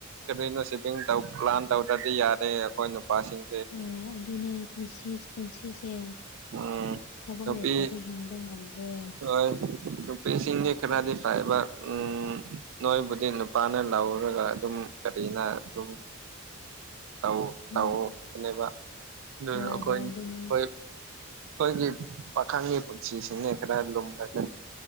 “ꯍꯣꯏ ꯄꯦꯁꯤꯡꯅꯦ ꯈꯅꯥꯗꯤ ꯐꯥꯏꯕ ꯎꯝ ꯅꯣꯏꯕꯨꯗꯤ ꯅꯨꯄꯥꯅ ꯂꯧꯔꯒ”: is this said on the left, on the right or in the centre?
Right